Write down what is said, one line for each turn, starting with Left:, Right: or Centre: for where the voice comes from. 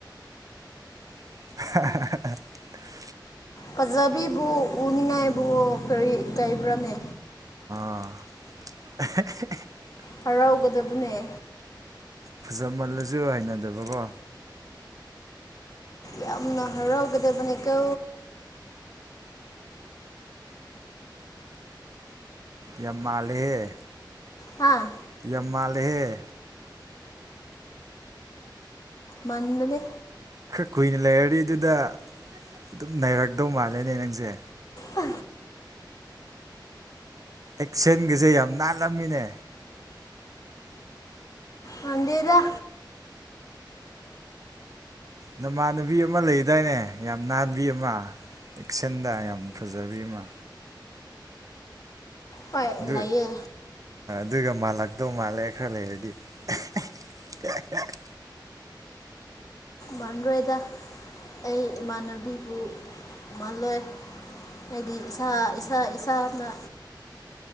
Right: <unintelligible>
Left: ꯄꯖꯕꯤꯕꯨ ꯎꯅꯤꯡꯉꯥꯏꯕꯨ ꯀꯔꯤ ꯀꯥꯏꯕ꯭ꯔꯥꯅꯦ
Right: ꯑ
Left: ꯍꯔꯥꯎꯒꯗꯕꯅꯦ
Right: ꯐꯖꯃꯜꯂꯁꯨ ꯍꯩꯅꯗꯕꯀꯣ
Left: ꯌꯥꯝꯅ ꯍꯔꯥꯎꯒꯗꯕꯅꯦ ꯀ
Right: ꯌꯥꯝ ꯃꯥꯜꯂꯦꯍꯦ
Left: ꯍꯥꯥ
Right: ꯌꯥꯝ ꯃꯥꯜꯂꯦꯍꯦ
Left: ꯃꯗꯅꯦ
Right: ꯈꯔ ꯀꯨꯏꯅ ꯂꯩꯔꯗꯤ ꯑꯗꯨꯗ ꯑꯗꯨꯝ ꯅꯩꯔꯗꯧ ꯃꯥꯜꯂꯦꯅꯦ ꯅꯪꯁꯦ
Left: ꯑ
Right: ꯑꯦꯛꯁꯟꯒꯁꯦ ꯌꯥꯝ ꯅꯥꯜꯂꯝꯃꯤꯅꯦ
Left: ꯃꯗꯦꯗ
Right: ꯅꯃꯥꯟꯅꯕꯤ ꯑꯃ ꯂꯩꯗꯥꯏꯅꯦ ꯌꯥꯝ ꯅꯥꯟꯕꯤ ꯑꯃ ꯑꯦꯛꯁꯟꯗ ꯌꯥꯝ ꯐꯖꯕꯤꯃ
Left: ꯐ
Right: ꯑꯗꯨ
Left: ꯂꯩꯌꯦ
Right: ꯑꯗꯨꯒ ꯃꯥꯜꯂꯛꯇꯧ ꯃꯥꯜꯂꯦ ꯈꯔ ꯂꯩꯔꯗꯤ <unintelligible>
Left: ꯃꯜꯂꯣꯏꯗ ꯑꯩ ꯏꯃꯥꯟꯅꯕꯤꯕꯨ ꯃꯥꯜꯂꯣꯏ ꯍꯥꯏꯗꯤ ꯏꯁꯥ ꯏꯁꯥ ꯏꯁꯥꯅ